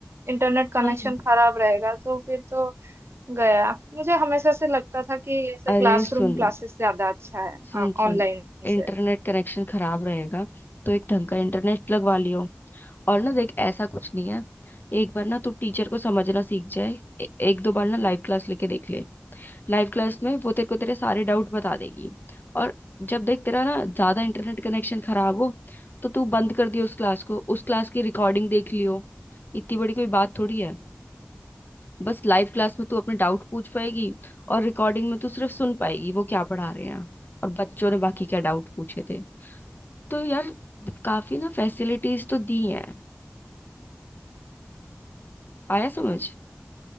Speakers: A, on the right; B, on the left.
A: इंटरनेट कनेक्शन
B: नहीं
A: खराब रहेगा तो फिर तो गया मुझे हमेशा से लगता था कि ऐसे
B: अरे
A: क्लासरूम
B: सुन
A: क्लासेस ज्यादा अच्छा है
B: सुन सुन
A: ऑनलाइन
B: इंटरनेट
A: से
B: कनेक्शन खराब रहेगा तो एक ढंग का इंटरनेट लगवा लियो और ना देख ऐसा कुछ नहीं है एक बार ना तू टीचर को समझना सीख जाए ए, एक दो बार ना लाइव क्लास लेके देख ले लाइव क्लास में वो तेरे को तेरे सारे डाउट बता देगी और जब देख तेरा ना ज्यादा इंटरनेट कनेक्शन खराब हो तो तू बंद कर दियो उस क्लास को उस क्लास की रिकॉर्डिंग देख लियो इतनी बड़ी कोई बात थोड़ी है बस लाइव क्लास में तू अपने डाउट पूछ पाएगी और रिकॉर्डिंग में तू सिर्फ सुन पाएगी वो क्या पढ़ा रहे हैं और बच्चों ने बाकी क्या डाउट पूछे थे तो यार काफी ना फैसिलिटीज तो दी हैं आया समझ